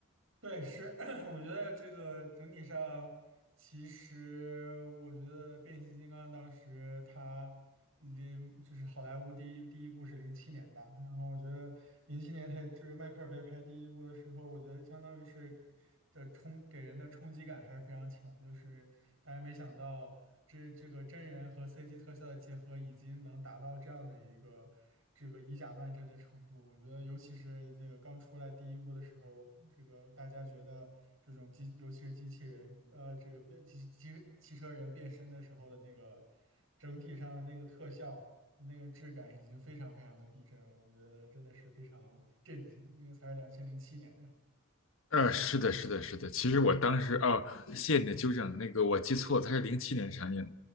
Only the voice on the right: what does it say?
对，是，<coughs> <clears throat> 我觉得这个整体上，其实我觉得变形金刚当时它零就是好莱坞第一第一部是零七年吧，然后我觉得零七年它这迈克尔贝拍第一部的时候，我觉得相当于是的冲给人的冲击感还是非常强，就是大家没想到这这个真人和 CG 特效的结合已经能达到这样的一个。这个以假乱真的程度。我觉得，尤其是这个刚出来第一部的时候，这个大家觉得这种机，尤其是机器人，呃，这个变机机汽车人变身的时候的那个整体上的那个特效、那个质感，已经非常非常的逼真了。我觉得真的是非常震惊。那个才是两千零七年啊，